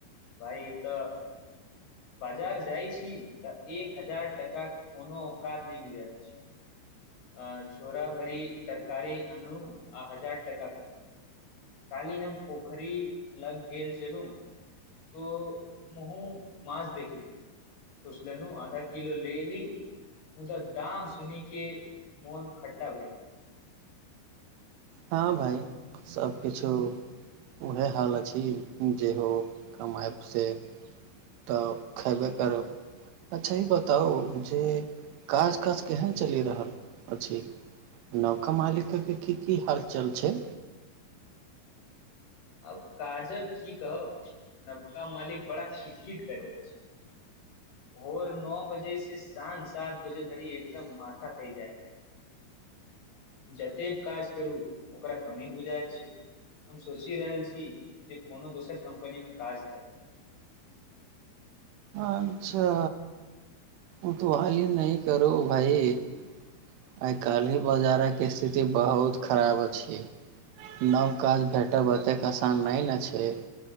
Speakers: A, on the left; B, on the right.
A: भइ तऽ बाजार जाइ छी तऽ एक हजार टाका कोनो औकात नहि बुझा छी अ छोरा भरी तरकारी अनु आ हजार क खर्च काली हम पोखरी लग गेल चलू तो महो माछ देखलौं सोचलेनु आधा किलो ले ली मुदा दाम सुनी के मोन खट्टा भय गेल।
B: हाॅं भाय सबकिछु उहे हालत छै, जेहो कमाइब स तऽ खयबे करब अच्छा ई बताउ जे काज काज केहन चली रहल अछी नवका मालिक के कि कि हाल चाल छै
A: आब काजक कि कहब नवका मालिक बड़ा किटकिट करै अछी भोर नअ बजे से साँझ सात बजे धरी एकदम माथा टइ जायहे <inaudible> जतेक काज करु ओकरा कमी हो जाय छे हम सोच कि रहल छी जे कोनो दोसर कम्पनी मे काज ताइ कि
B: अच्छा उतवाली नही करो भाई आय काले बाजार कऽ इसथिति बहुत खराब अछी नव काज भेटब अतेक असान नय नै छै